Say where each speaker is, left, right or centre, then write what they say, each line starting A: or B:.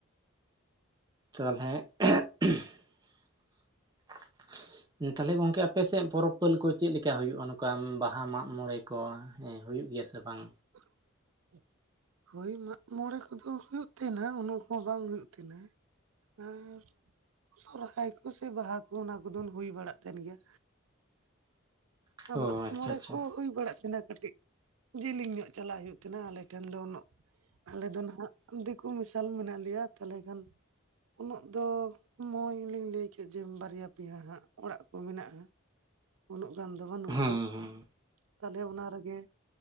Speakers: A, on the right (about 20°); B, on the right (about 75°).
A: ᱛᱟᱦᱚᱞᱮ <unintelligible> ᱛᱟᱦᱚᱞᱮ ᱜᱚᱝᱠᱮ ᱟᱯᱮ ᱥᱮᱫ ᱯᱚᱨᱚᱵᱽ ᱯᱟᱹᱞᱤ ᱠᱚ ᱪᱮᱫ ᱞᱮᱠᱟ ᱦᱩᱭᱩᱜ-ᱟ ᱱᱚᱝᱠᱟ ᱵᱟᱦᱟ ᱢᱟᱜ ᱢᱚᱬᱮ ᱠᱚ? ᱦᱮᱸ ᱦᱩᱭᱩᱜ ᱜᱮᱭᱟ ᱥᱮ ᱵᱟᱝ
B: <unintelligible> ᱦᱳᱭ ᱢᱟᱜ ᱢᱚᱬᱮ ᱠᱚᱫᱚ ᱦᱩᱭᱩᱜ ᱛᱟᱦᱮᱱᱟ ᱩᱱᱟᱹᱜ ᱦᱚᱸ ᱵᱟᱝ ᱦᱩᱭᱩᱜ ᱛᱟᱦᱮᱱᱟ᱾ ᱟᱨ ᱥᱚᱨᱦᱟᱭ ᱠᱚ ᱥᱮ ᱵᱟᱦᱟ ᱠᱚ ᱚᱱᱟ ᱠᱚᱫᱚ ᱦᱩᱭ ᱵᱟᱲᱟᱜ ᱠᱟᱱ ᱜᱮᱭᱟ᱾ ᱟᱸ
A: ᱚ
B: ᱢᱟᱜ
A: ᱟᱪᱪᱷᱟ
B: ᱢᱚᱬᱮ
A: ᱟᱪᱪᱷᱟ
B: ᱠᱚ ᱦᱩᱭ ᱵᱟᱲᱟᱜ ᱛᱟᱦᱮᱱᱟ ᱠᱟᱹᱴᱤᱡ ᱡᱮᱞᱮᱧ ᱧᱚᱜ, ᱪᱟᱞᱟᱜ ᱦᱩᱭᱩᱜ ᱛᱟᱦᱮᱱᱟ ᱟᱞᱮ ᱴᱷᱮᱱ ᱫᱚ ᱩᱱᱟᱹᱜ ᱟᱞᱮ ᱫᱚ ᱱᱟᱜ ᱫᱤᱠᱩ ᱢᱮᱥᱟᱞ ᱢᱮᱱᱟᱜ ᱞᱮᱭᱟ ᱛᱟᱦᱚᱞᱮ ᱠᱷᱟᱱ ᱩᱱᱟᱹᱜ ᱫᱚ ᱚᱭ ᱞᱤᱧ ᱞᱟᱹᱭ ᱠᱮᱫ ᱡᱮ ᱵᱟᱨᱭᱟ ᱯᱮᱭᱟ ᱦᱟᱸᱜ ᱚᱲᱟᱜ ᱠᱚ ᱢᱮᱱᱟᱜ-ᱟ᱾ ᱩᱱᱟᱹᱜ ᱜᱟᱱ ᱫᱚ ᱵᱟᱹᱱᱩᱜ-ᱟ᱾
A: ᱦᱮᱸ ᱦᱮᱸ
B: ᱛᱟᱦᱚᱞᱮ ᱚᱱᱟ ᱨᱮᱜᱮ